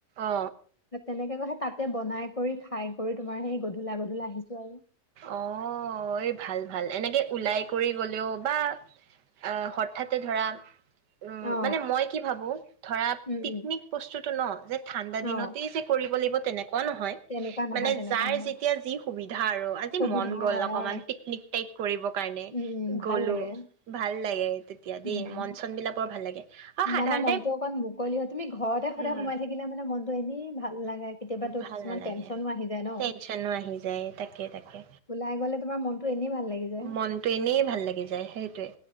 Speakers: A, on the right; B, on the left.
A: অ
B: তেনেকে কৈ <unintelligible> তাতে বনাই কৰি খাই কৰি তোমাৰ সেই গধূলা গধূলা আহিছোঁ আৰু।
A: অহ, ভাল ভাল। এনেকে ওলাই কৰি গলেও বা আহ হঠাতে ধৰা উম,
B: অ
A: মানে মই কি ভাবো ধৰা
B: উম
A: পিকনিক
B: উম
A: বস্তুতটো ন যে ঠাণ্ডা
B: অ
A: দিনতেই যে কৰিব লাগিব ক নহয়,
B: তেনেকুৱা নহয়
A: মানে
B: তেনেকুৱা
A: যাৰ
B: নহয়
A: যেতিয়া যি সুবিধা আৰু।
B: সুবিধা
A: মন গল
B: হয়
A: অকমান
B: অ
A: পিকনিক টাইপ কৰিব কাৰণে
B: উম উম ভাল
A: গ'লো
B: লাগে
A: ভাল লাগে। তেতিয়া
B: উম
A: দেই মন চন বিলাকৰ ভাল লাগে। আৰু সাধাৰণতে
B: মানে মনটো অকন মুকলি হয় তুমি ঘৰতে সদায়
A: উম
B: সোমাই থাকিলে মানে মন এ ভাল ভাল লাগে কেতিয়াবো
A: ভাল
B: কিছুমান
A: নালাগে
B: টেনচনো আহি যায় ন'
A: টেনচনো আহি যায় তাকে তাকে
B: ওলাই গ'লে তোমাৰ মনতটো এনেই ভাল লাগি যায়
A: মনটো এনেই ভাল লাগি যায় সেইটোৱে।